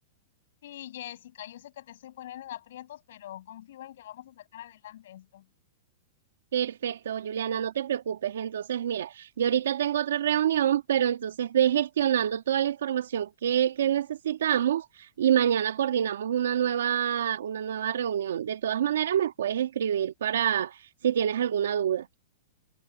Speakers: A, on the left (about 70°); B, on the right (about 80°).
A: Sí, Jessica, yo sé que te estoy poniendo en aprietos, pero confío en que vamos a sacar adelante esto.
B: Perfecto, Juliana, no te preocupes. Entonces, mira, yo ahorita tengo otra reunión, pero entonces ve gestionando toda la información que, que necesitamos y mañana coordinamos una nueva, una nueva reunión. De todas maneras, me puedes escribir para si tienes alguna duda.